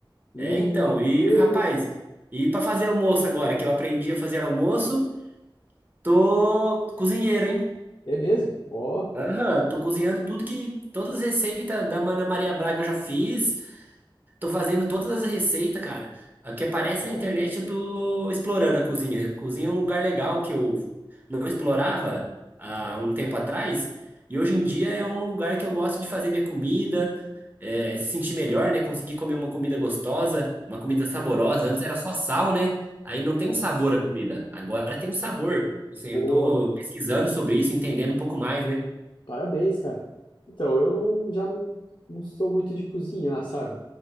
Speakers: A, on the left (about 60°); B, on the right (about 20°).
A: E,
B: É, então, e
A: e o.
B: rapaz, e para fazer almoço agora, que eu aprendi a fazer almoço, tô cozinheiro, hein?
A: É mesmo? Ó,
B: Aham, tô cozinhando tudo que todas as receitas da Mana Maria Braga eu já fiz. Tô fazendo todas as receitas, cara. O que aparece
A: ó,
B: na internet, eu tô explorando a cozinha. Cozinha é um lugar legal que eu não explorava há um tempo atrás. E hoje em dia é um lugar que eu gosto de fazer minha comida, é, se sentir melhor, né? Conseguir comer uma comida gostosa, uma comida saborosa.
A: pô,
B: Antes era só sal, né? Aí não tem
A: aí
B: um sabor
A: sim.
B: a comida. Agora tem um sabor. Não sei,
A: Boa.
B: eu tô pesquisando sobre isso, entendendo um pouco mais, né?
A: Parabéns, cara. Então, eu não, já não, não sou muito de cozinhar, sabe?